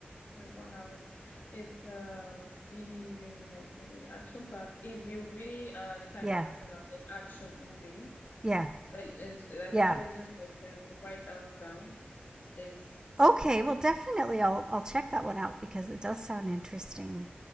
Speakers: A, on the left (about 55°); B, on the right (about 20°).
A: 24 hours. It's a really, really nice movie. Action packed. If you're really uh the kind
B: Yeah.
A: of person that likes action movie
B: Yeah.
A: Like is like
B: Yeah.
A: I said, it's just like um, the White House down. It's
B: Okay,
A: like
B: well definitely I'll I'll check that one out because it does sound interesting.